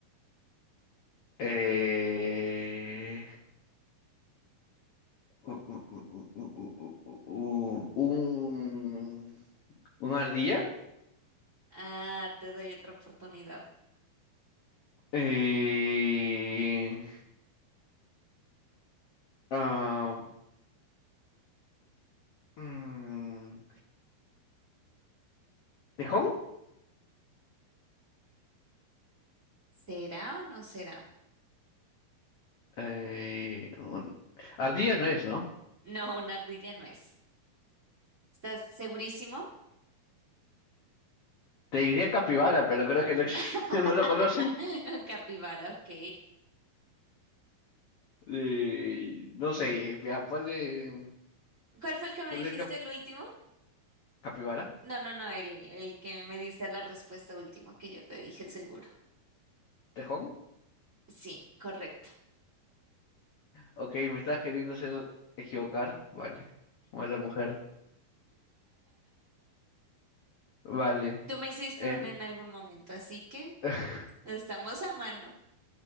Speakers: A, on the left; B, on the right.
A: Eh... u- u- u- u- u- u- u- u- un... ¿Una ardilla?
B: Ah, te doy otra oportunidad.
A: Eh... ah, mm, ¿Tejón?
B: ¿Será o no será?
A: Eh... un- Ardilla no es, ¿no?
B: No, una ardilla no es. ¿Estás segurísimo?
A: Te diría capibara, pero creo que no, ex-
B: <laughs>
A: <laughs> no lo conocen.
B: Un capibara, ok.
A: Eh, no sé, ya, ponle,
B: ¿Cuál fue el que me
A: ponle
B: dijiste
A: cap-
B: el último?
A: capibara,
B: No, no, no, el, el que me dice la respuesta última que yo te dije seguro.
A: tejón.
B: Sí, correcto.
A: Ok, me estás queriendo hacer equivocar, vale. O la mujer, vale.
B: Tú me hiciste
A: eh.
B: una en algún momento, así que
A: <laughs>
B: estamos a mano.